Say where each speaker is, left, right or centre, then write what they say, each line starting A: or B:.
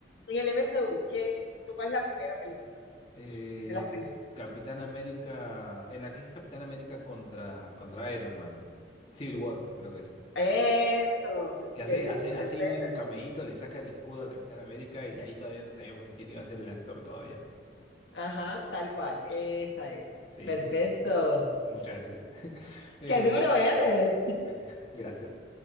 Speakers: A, on the left; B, on the left.
A: En el MCU, ¿qué, tú cuál es la primera película
B: Eh,
A: de las películas?
B: Capitán América, en la que es Capitán América contra, contra Iron Man. Civil War, creo que es.
A: Eso,
B: Que hace,
A: qué
B: hace, hace
A: perfecta.
B: un, un cameíto, le saca el escudo al Capitán América y ahí todavía no sabíamos ni quién iba a ser el actor todavía.
A: Ajá, tal cual, esa es.
B: Sí,
A: Perfecto.
B: sí, sí, sí. sí. Muchas gracias. <laughs> Em,
A: Qué duro eres.
B: <laughs> gracias.